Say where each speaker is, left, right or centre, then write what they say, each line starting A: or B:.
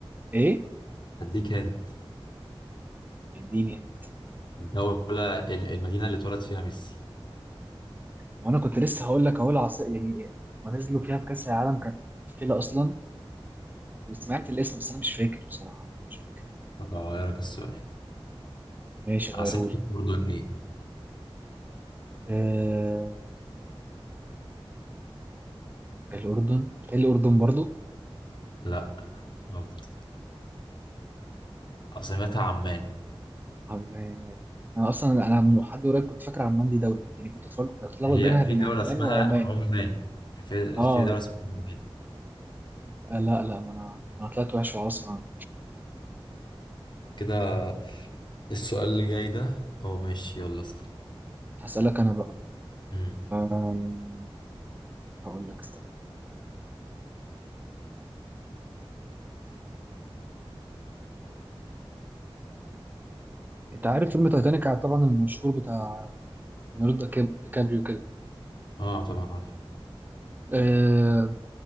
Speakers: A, on the right; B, on the left.
A: إيه
B: هديك هند
A: اديني هنت
B: الدولة ال- المدينة اللي اتولد فيها ميسي
A: وأنا كنت لسه هقول لك أهو العاصمة يعني هما نزلوا فيها في كأس العالم كانت مقفلة أصلا وسمعت الاسم بس أنا مش فاكر بصراحة مش فاكر
B: أغيرك السؤال
A: ماشي غيرولي
B: عاصمة الأردن إيه؟
A: آه... الأردن بتهيألي الأردن برضو
B: لا غلط عاصمتها عمان
A: عمان أيوة. أنا أصلا أنا من حد قريب كنت فاكر عمان دي دولة يعني كنت أتفرج- بتلخبط
B: هي
A: بينها
B: في
A: بين
B: دولة
A: عمان
B: اسمها
A: وعمان
B: عمان في
A: اه
B: في دولة اسمها عمان
A: آه، لا لا ما انا انا طلعت وحش خلاص انا
B: كده السؤال اللي جاي ده أو ماشي يلا اسأل
A: هسألك انا بقى
B: مم.
A: أم، هقول لك استنى انت عارف فيلم تايتانيك طبعا المشهور بتاع ليوناردو كاب- ديكابريو كده
B: اه طبعا عارف
A: أه...